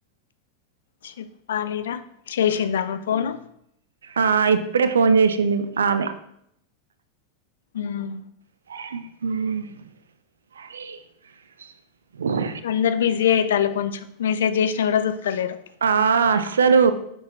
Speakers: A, on the left; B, on the right.
A: చెప్పాలిరా చేేషిందామె ఫోను
B: ఆ ఇప్పుడే ఫోన్ చేసింది ఆమె
A: మ్మ్.
B: హ్మ్
A: అందరు బిజీ అయితాల్లు కొంచెం మెసేజ్ చేసినా కూడా జూత్తలేరు
B: ఆ అస్సలు